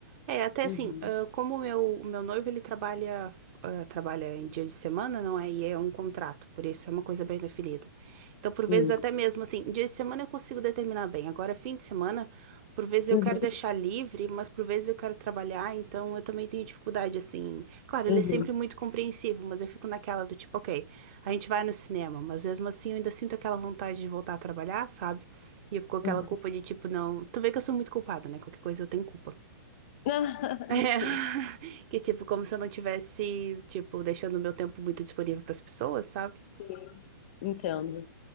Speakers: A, on the right (about 40°); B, on the left (about 35°).
A: É, até assim,
B: Uhum,
A: ah, como o meu, o meu noivo, ele trabalha, f- ah, trabalha em dia de semana, não é? E é um contrato, por isso é uma coisa bem definida. Então, por vezes,
B: sim.
A: até mesmo assim, dia de semana eu consigo determinar bem. Agora, fim de semana, por vezes eu
B: Uhum,
A: quero deixar livre, mas por vezes eu quero trabalhar, então eu também tenho dificuldade, assim. Claro,
B: uhum,
A: ele é sempre muito compreensivo, mas eu fico naquela do tipo, ok, a gente vai no cinema, mas mesmo assim eu ainda sinto aquela vontade de voltar a trabalhar, sabe? E eu fico com aquela
B: uhum.
A: culpa de tipo, não. Tu vê que eu sou muito culpada, né? Qualquer coisa eu tenho culpa. <laughs>
B: <laughs>
A: É.
B: Sim,
A: Que tipo, como se eu não tivesse, tipo, deixando o meu tempo muito disponível para as pessoas, sabe?
B: sim, entendo.